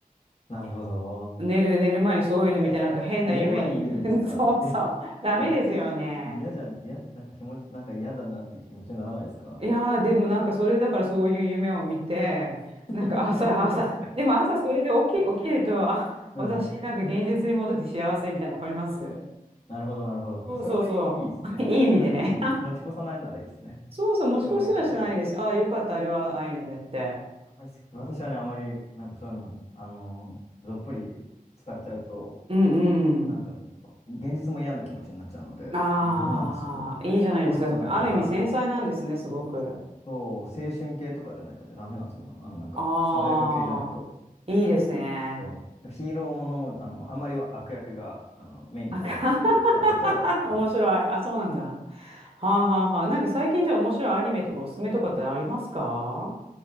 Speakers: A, on the left; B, on the right.
A: なるほど。
B: 寝る、寝る前にそういうの見て、
A: えー、
B: なんか変な夢、
A: 寝る前に見るんですか。
B: い <laughs> そうそう、
A: <laughs> えいや、
B: ダメですよね。
A: 嫌じゃん、いや、なんか気持ち、なんか嫌だなって気持ちにならないですか。
B: いやー、でもなんかそれでだからそういう夢を見て、
A: <laughs>
B: なんか朝、朝、でも朝それで起き、起きると、あ、
A: うん。
B: 私なんか現実に戻って幸せみたいなの分かります
A: ああ、なるほど、なるほど。
B: そうそうそう。
A: あ、それはいい、いいですね。
B: <laughs> いい意味でね。
A: なんか、うん、持ち越さないならいいですね。
B: そうそう、持ち越しはしないです。
A: それはいい、それはいい。
B: ああ、よかった、あれはアイヌでって。
A: あんまりす私はね、あまり、なんかそういうの、あのーどっぷり使っちゃうと、
B: うんうん。
A: なんか、現実も嫌な気持ちになっちゃうので、
B: ああ、
A: ダメなんですよ。
B: いいじゃないですか。
A: もうちょっとなんか、
B: なんかある意味繊細なんですね、
A: は
B: すごく。
A: い、そう、青春系とかじゃないとね、ダメなんですよ。もうあの、なんか、
B: ああ、
A: 爽やか系じゃないと。
B: いいですね。
A: そうヒーローものも、あの、あんまり悪役が、あの、メインにならないようなやつじゃないとダメ。
B: あか <laughs> 面白い。あ、そうなんだ。はあはあはあ。なんか最近じゃあ面白いアニメとかおすすめとかってありますか